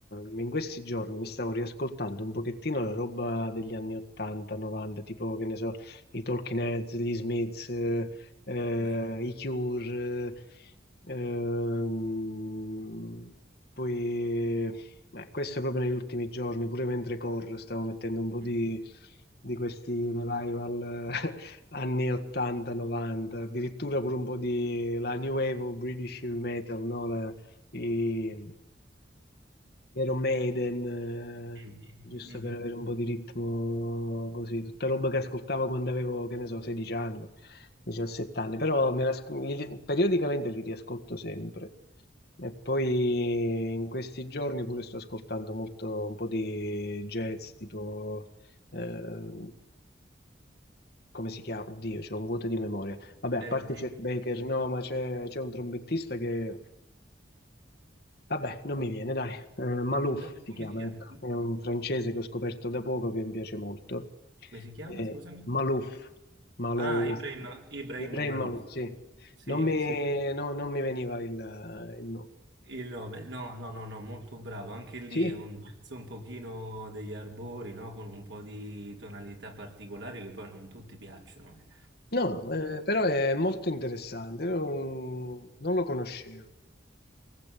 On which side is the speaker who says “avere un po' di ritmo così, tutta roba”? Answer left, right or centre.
Left